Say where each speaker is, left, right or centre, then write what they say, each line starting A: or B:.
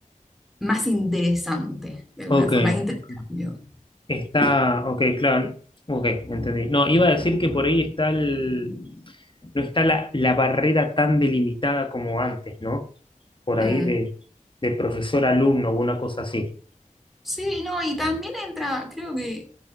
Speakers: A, in the centre; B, on the left.
A: más interesante, de alguna
B: Ok.
A: forma, hay intercambio.
B: ok. Está, ok, claro. Ok, entendí. No, iba a decir que por ahí está el, no está la, la barrera tan delimitada como antes, ¿no? Por ahí
A: Mm.
B: de, de profesor-alumno o una cosa así.
A: Sí, no, y también entra, creo que